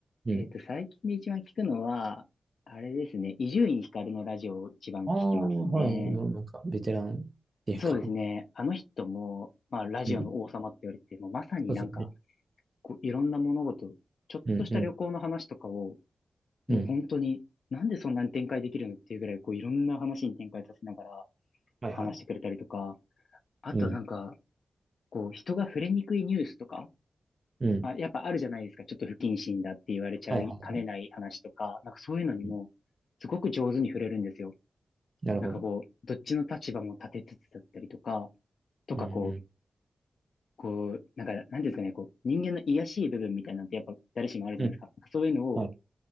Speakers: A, on the right (about 40°); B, on the left (about 70°).
A: うん。
B: えっと、最近で一番聞くのは、あれですね、伊集院光のラジオを一番聞きますね。
A: ああ、はい。もうなんか、ベテランっていうか、
B: そうですね、あの人も、まあ、ラジオの王様って言われてて、
A: うん。
B: もうまさになんか、
A: そうですね。
B: こう、いろんな物事、ちょっとした旅行の話とかを、
A: うんうん
B: もう本当に、
A: うん。
B: なんでそんなに展開できるのっていうぐらい、こう、いろんな話に展開させながら
A: はいはい。
B: 話してくれたりとか、あとなんか、
A: うん。
B: こう、人が触れにくいニュースとか、
A: うん。
B: まあ、やっぱあるじゃないですか。ちょっと不謹慎だって言われちゃいかねない話とか、
A: はいはいはい。
B: なんかそういうのにも、
A: うん、
B: すごく上手に触れるんですよ。
A: なるほど。
B: なんかこう、どっちの立場も立てつつだったりとか、とかこう、
A: うんう
B: こう、なんか、なんていうんですかね、こう、人間の卑しい部分みたいなんてやっぱ誰しもあるじゃないですか。
A: ん。うん。
B: なんかそういうのを、
A: はい。